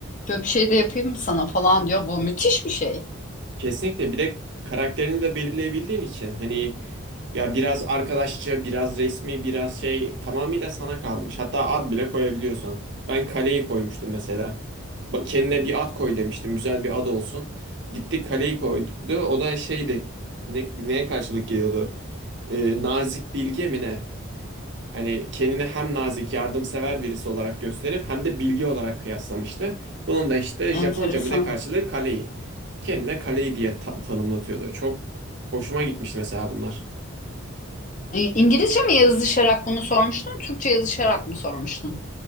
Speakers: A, on the left; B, on the right.
A: Şöyle bir şey de yapayım mı sana falan diyor. Bu müthiş bir şey.
B: Kesinlikle bir de karakterini de belirleyebildiğin için hani ya biraz arkadaşça, biraz resmi, biraz şey tamamıyla sana kalmış. Hatta ad bile koyabiliyorsun. Ben kaleyi koymuştum mesela. Bak kendine bir ad koy demiştim. Güzel bir ad olsun. Gitti kaleyi koydu. O da şeydi. Ne, neye karşılık geliyordu? Ee, nazik bilge mi ne? Hani kendini hem nazik, yardımsever birisi olarak gösterip hem de bilgi olarak kıyaslamıştı. Bunun da işte Japonca
A: Enteresan.
B: mı ne karşılığı kaleyi. Kendine kaleyi diye ta- tanımlatıyordu. Çok hoşuma gitmişti mesela bunlar.
A: İ- İngilizce mi yazışarak bunu sormuştun, Türkçe yazışarak mı sormuştun?